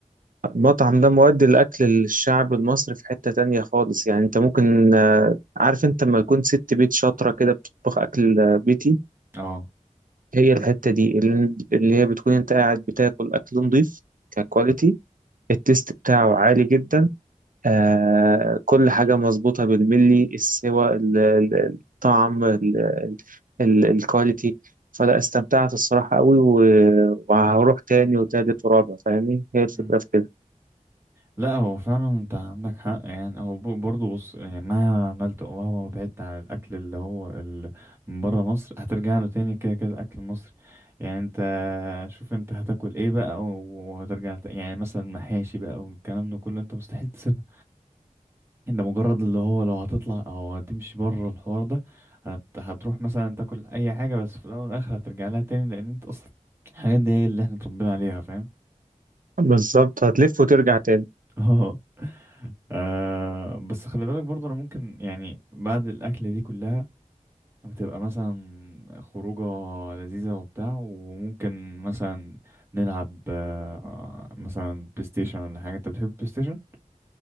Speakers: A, on the right (about 85°); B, on the right (about 20°).
A: المطعم ده مودي الاكل الشعبي المصري في حته تانية خالص يعني انت ممكن آه، عارف انت لما يكون ست بيت شاطره كده بتطبخ اكل آه، بيتي
B: اه
A: هي الحته دي اللي اللي هي بتكون انت قاعد بتاكل اكل نضيف ككواليتي التيست بتاعه عالي جدا آه كل حاجة مظبوطة بالملي السوى ال- ال- الطعم ال- ال- الكواليتي فلا استمتعت الصراحة قوي و- وهروح تاني وتالت ورابع فاهمني هي الفكرة
B: امم
A: في كده
B: لا هو فعلا انت عندك حق يعني هو ب- برضه بص يعني مهما عملت او مهما بعدت عن الاكل اللي هو ال- من بره مصر هترجع له تاني كده كده الاكل المصري يعني انت شوف انت هتاكل ايه بقى وهترجع لت- يعني مثلا محاشي بقى والكلام ده كله انت مستحيل تسيبها انت مجرد اللي هو لو هتطلع او هتمشي بره الحوار ده هت هتروح مثلا تاكل اي حاجه بس في الاول والاخر هترجع لها تاني لان انت اصلا الحاجات دي هي اللي احنا اتربينا عليها فاهم
A: بالظبط هتلف وترجع تاني
B: اه آه، بس خلي بالك برضه انا ممكن يعني بعد الاكله دي كلها بتبقى مثلا خروجه لذيذه وبتاع وممكن مثلا نلعب آه، مثلا بلاي ستيشن ولا حاجه انت بتحب بلاي ستيشن